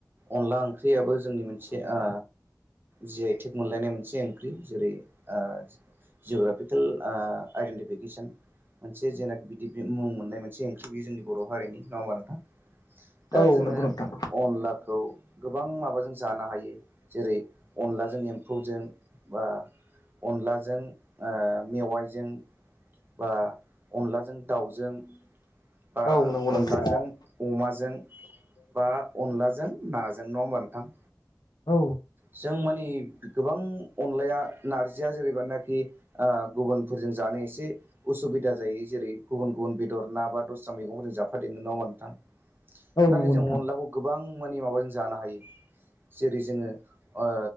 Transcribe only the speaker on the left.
औ
नंगौ नोंथां
औ नंगौ नोंथां
औ।
औ
नंगौ
नोंथां